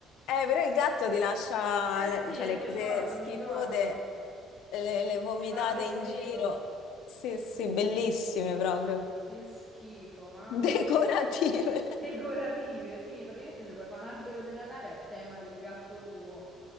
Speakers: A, on the left; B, in the centre.
A: Eh, però il gatto ti lascia
B: Eh
A: le,
B: sì,
A: cioè,
B: eh,
A: le
B: mi
A: cose
B: ricordo,
A: schifose,
B: mi ricordo.
A: eh, le, vomitate
B: Le palle di
A: in
B: pelo.
A: giro. Sì, sì, bellissime
B: Che schifo,
A: proprio.
B: che schifo, mamma.
A: Decorative.
B: mia.
A: <laughs>
B: Decorative, sì, praticamente ci puoi fare un albero di Natale a tema del gatto tuo.